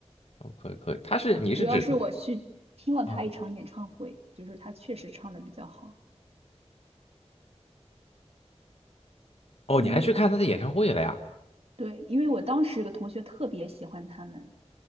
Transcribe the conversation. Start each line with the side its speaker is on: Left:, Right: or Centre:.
Left: 哦，可以可以，他是你是指
Right: 主要是我去听了他一场演唱会，
Left: 嗯
Right: 就是他确实唱的比较好。
Left: 哦，
Right: 嗯，
Left: 你还去看他的演唱会了呀？
Right: 对，因为我当时有个同学特别喜欢他们。